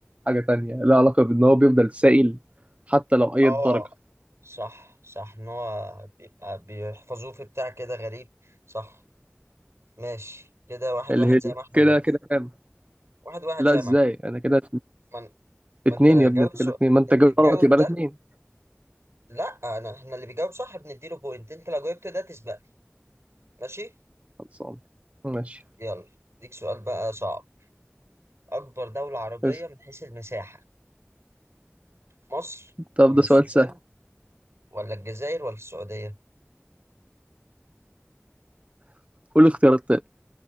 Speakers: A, on the right; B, on the right.
A: حاجة تانية له علاقة بإن هو بيفضل سائل حتى لو أي
B: اه
A: درجة
B: صح صح ان هو بيبقى بيحفظوه في بتاع كده غريب صح ماشي كده واحد
A: الهيلي
B: واحد زي ما احنا
A: كده
B: برضه
A: كده كام
B: واحد واحد
A: لا
B: زي
A: ازاي
B: ما احنا
A: انا كده
B: ما, ان- ما
A: اتنين
B: انت جاوبت
A: يا ابني أنا
B: سو...
A: كده اتنين ما انت جبت غلط
B: جاوب
A: يبقى
B: ده
A: لك اتنين
B: لا انا احنا اللي بيجاوب صح بنديله بوينت انت لو جاوبت ده تسبق ماشي
A: خلصان ماشي
B: يلا ليك سؤال بقى صعب اكبر دولة عربية
A: بس.
B: من حيث المساحة مصر
A: طب
B: ولا
A: ده
B: السودان
A: سؤال سهل
B: ولا الجزائر ولا السعودية
A: قول اختيارات تاني